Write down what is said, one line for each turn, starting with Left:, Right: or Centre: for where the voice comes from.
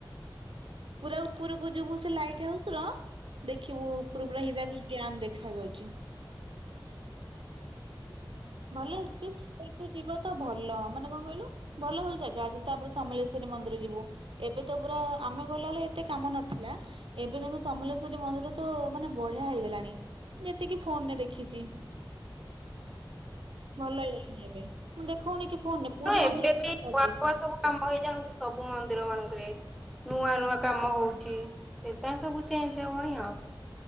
Right: ପୁରା ଉପରକୁ ଯିବୁ ସେ ଲାଇଟ୍ ହାଉସ ର ଦେଖିବୁ ଉପରୁ ପୁରା ହୀରାକୁଦ ଡ଼୍ୟାମ ଦେଖା ଯାଉଚି। ଭଲ ଆସୁଛି ସମ୍ବଲପୁର ଯିବାକୁ ତ ଭଲ ମାନେ କଣ କହିଲୁ ଭଲ ଭଲ ଜାଗା ଅଛି ତାପରେ ସମଲେଶ୍ୱରୀ ମନ୍ଦିର ଯିବୁ। ଏବେ ତ ପୁରା ଆମେ ଗଲାବେଳେ ଏତେ କାମ ନଥିଲା। ଏବେ କିନ୍ତୁ ସମଲେଶ୍ଵରୀ ମନ୍ଦିର ତ ମାନେ ବଢିଆ ହେଇଗଲାଣି ଯେତିକି ଫୋନରେ ଦେଖିଚି। ଭଲ ହେଇଗଲାଣି ଏବେ ମୁଁ ଦେଖୋଉନି କି ଫୋନରେ। ପୁରୀ
Centre: ହଁ ଏବେବି
Right: ମନ୍ଦିର କେମିତି କରିଦେଇଛି।
Centre: <inaudible> କାମ ହେଇଯାଉନ୍ତି ସବୁ ମନ୍ଦିର ମାନଙ୍କରେ ନୂଆ ନୂଆ କାମ ହୋଉଚି। ସେପାଇଁ ସବୁ ଚେଞ୍ଚ ହବଣି ଆଉ।